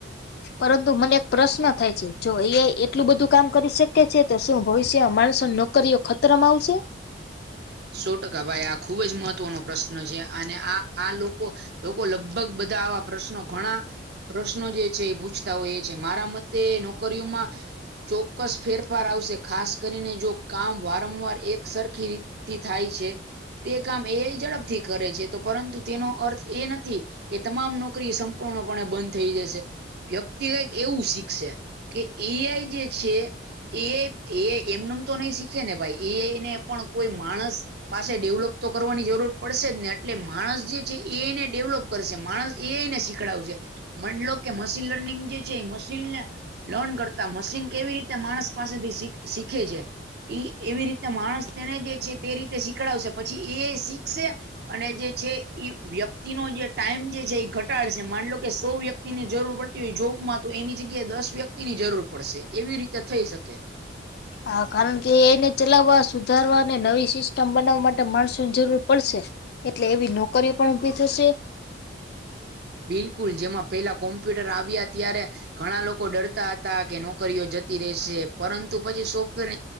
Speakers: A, on the left; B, on the right.
A: પરંતુ મને એક પ્રશ્ન થાય છે. જો એ આઈ એટલું બધું કામ કરી શકે છે કે? તો શું ભવિષ્યમાં માણસોની નોક કરીઓ ખતરામાં આવશે?
B: સો ટકા ભાઈ. આ ખુબ જ મહત્વનો પ્રશ્ન છે. અને આ-આ લોકો લોકો લગભગ બધા આવા પ્રશ્નો ઘણા પ્રશ્નો જે છે એ પૂછતા હોય એ છે મારા મતે નોકરીઓમાં ચોક્કસ ફેરફાર આવશે ખાસ કરીને જો કામ વારંવાર એક સરખી રી થી થાય છે તે કામ એ ઝડપથી કરે છે તો પરંતુ તેનો અર્થ એ નથી. કે તમામ નોકરી સંપૂર્ણપણે બંધ થઈ જશે. વ્યક્તિગત એવું શીખશે કે એઆઈ જે છે. એ એ એમનેમ તો નહી શીખે ને ભાઈ એ એને પણ કોઈ માણસ. પાસે ડેવલપ તો કરવાની જરૂર પડશે જ ને એટલે માણસ જે છે એને ડેવલપ. કરશે માણસ એને શીખડાવશે મ લો કે મશીન લર્નિંગ જે છે એ મશીનને. લર્ન કરતા મશીન કેવી રીતે માણસ પાસેથી શીખે છે. એ એવી રીતે માણસ તેને જે છે તે રીતે શીખડાવશે પછી એ શીખશે. અને જે છે એઈ વ્યક્તિ નો જે ટાઈમ જે છે એ ઘટાડશે માનલો કે સો વ્યક્તિ વની જરૂર પડતી હોય જોગમાં તો એની જગ્યાએ દસ વ્યક્તિ ની જરૂર પડશે એવી રીતે થઈ શકે.
A: હા કારણ કે એને ચલાવવા સુધારવા અને નવી સિસ્ટમ બનાવવા માટે માણસો ની જરૂર પડશે. એટલે એવી નોકરીઓ પણ ઉભી થશે.
B: બિલકુલ જેમાં પેલા કોમ્પ્યુટર આવ્યા. ઘણા લોકો ડરતા હતા નોકરીઓ જતી રહેશે પરંતુ પછી software